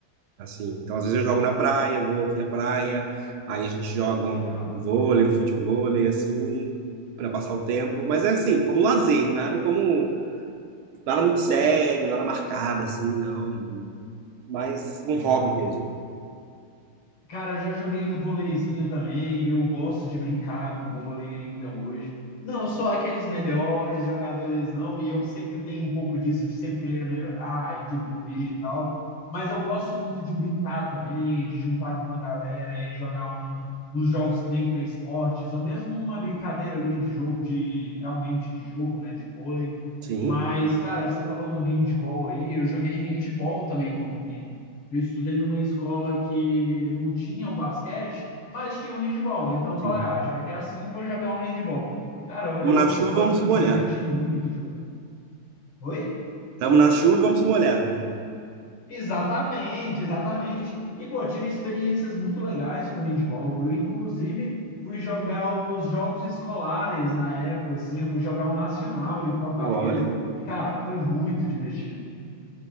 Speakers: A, on the right; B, on the left.
A: assim. Então, às vezes eu jogo na praia, vou aqui à praia, aí a gente joga
B: Legal,
A: um um vôlei, um futevôlei, assim, para passar o tempo. Mas é assim, como lazer, nada como nada muito sério, nada marcado, assim, não. Mas
B: legal.
A: um hobby mesmo.
B: Cara, já joguei um vôleizinho também, e eu gosto de brincar com vôlei ainda hoje. Não sou aqueles melhores jogadores, não, e eu sempre tenho um pouco disso, de sempre querer melhorar e de evoluir e tal. Mas eu gosto muito de brincar também, de juntar com uma galera e jogar um, uns jogos que nem três cortes, ou mesmo uma brincadeira ali de jogo, de realmente de jogo, né, de vôlei.
A: Sim,
B: Mas, cara, você falou do handball aí, eu joguei handball também por um tempo. Eu estudei numa escola que não tinha o basquete, mas tinha o handball. Então eu
A: sim.
B: falei, ah, já que é assim, eu vou jogar um handball. E, cara,
A: Estamos
B: é outro
A: na chuva,
B: esporte
A: vamos
B: que
A: se
B: eu
A: molhar.
B: me diverti muito jogando. Oi?
A: Estamos na chuva, vamos se molhar, né?
B: Exatamente, exatamente. E, pô, tive experiências muito legais com handball. Eu, inclusive, fui jogar os jogos escolares na época, assim, eu fui jogar o Nacional em Fortaleza.
A: Olha,
B: E, cara, foi muito divertido.